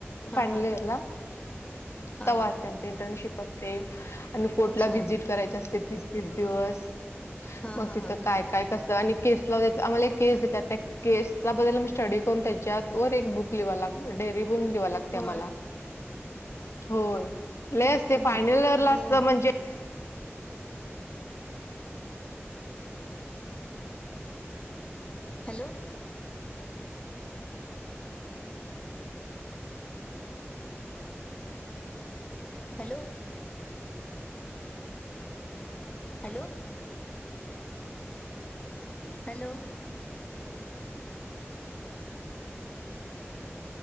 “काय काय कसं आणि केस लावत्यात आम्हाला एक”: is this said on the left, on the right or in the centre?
Left